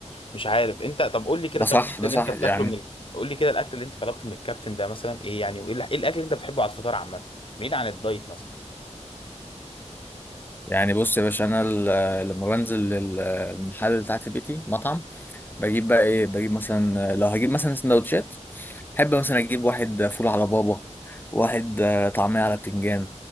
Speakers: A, on the left; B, on the left.
A: مش عارف انت طب قول لي كده
B: ده
A: طب
B: صح
A: الاكل
B: ده
A: اللي
B: صح
A: انت بتاكله
B: يعني
A: من ال- قول لي كده الاكل اللي انت طلبته من الكابتن ده مثلا ايه يعني وايه ال- ايه الاكل اللي انت بتحبه على الفطار عامة بعيد عن الدايت مثلا
B: يعني بص يا باشا انا ال- لما بنزل لل- المحل اللي تحت بيتي مطعم بجيب بقى ايه بجيب مثلا لو هجيب مثلا سندوتشات احب مثلا اجيب واحد فول على بابا واحد آه، طعمية على بتنجان